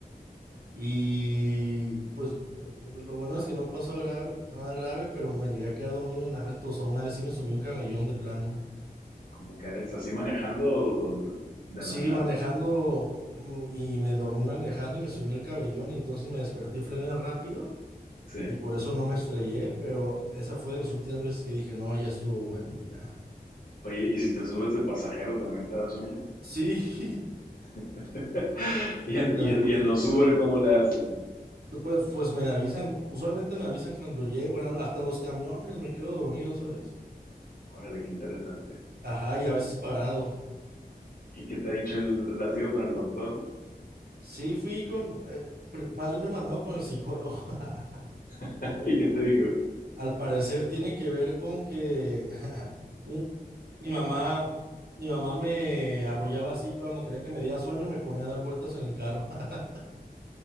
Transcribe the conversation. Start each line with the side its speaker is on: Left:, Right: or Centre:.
Right: y pues lo bueno es que no pasó a grave, nada grave, pero me llegué a quedar dormido en altos. O una vez sí me sumí un camellón de plano.
Left: Como que es así manejando o- o de
Right: Sí,
Left: de la nada.
Right: manejando mm, y me dormí manejando y me sumí el cabellón y entonces me desperté, frené rápido
Left: Sí.
Right: y por eso no me estrellé, pero esa fue de las últimas veces que dije, no, ya estuvo bueno, ya.
Left: Oye, y si te subes de pasajero también te da sueño.
Right: Sí, <laughs> sí,
Left: <laughs> Y en,
Right: también.
Left: y en- y en los Uber, ¿cómo le haces?
Right: Pues, pues me avisan, usualmente me avisan cuando llego, bueno, hasta en los camiones me quedo dormido, ¿sabes?
Left: Órale, qué interesante.
Right: Ajá, y a veces parado.
Left: ¿Y qué te ha dicho el, has ido con el doctor?
Right: Sí, fui con, eh, pr- más bien me mandaron con el psicólogo. <laughs>
Left: <laughs> ¿Y qué te digo?
Right: Al parecer tiene que ver con que <laughs> mi, mi mamá, mi mamá me arrullaba así cuando quería que me diera sueño, me ponía a dar vueltas en el carro, <laughs>